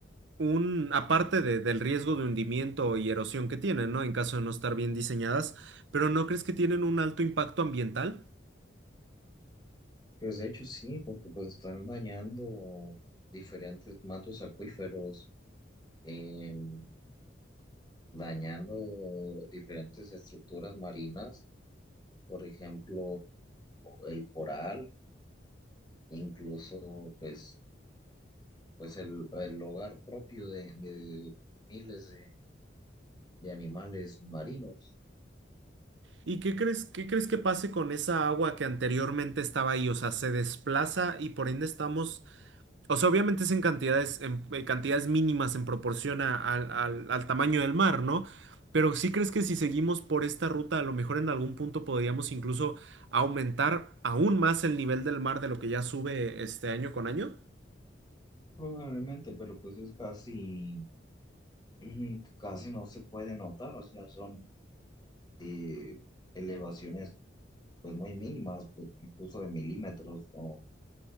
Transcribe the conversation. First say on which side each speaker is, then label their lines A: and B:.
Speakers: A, on the right (about 70°); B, on the left (about 20°).
A: un, aparte de- del riesgo de hundimiento y erosión que tienen, ¿no? En caso de no estar bien diseñadas, pero ¿no crees que tienen un alto impacto ambiental?
B: Pues de hecho sí, porque pues están dañando diferentes mantos acuíferos, em, dañando diferentes estructuras marinas, por ejemplo, el coral, incluso pues, pues el, el hogar propio de, de miles de, de animales marinos.
A: ¿Y qué crees, qué crees que pase con esa agua que anteriormente estaba ahí? O sea, se desplaza y por ende estamos, o sea, obviamente es en cantidades, en, en cantidades mínimas en proporción a- al, al al tamaño del mar, ¿no? Pero ¿sí crees que si seguimos por esta ruta, a lo mejor en algún punto podríamos incluso aumentar aún más el nivel del mar de lo que ya sube este año con año?
B: Probablemente, pero pues es casi, <clears throat> mm, casi no se puede notar, o sea, son eh, elevaciones pues muy mínimas, pues incluso de milímetros o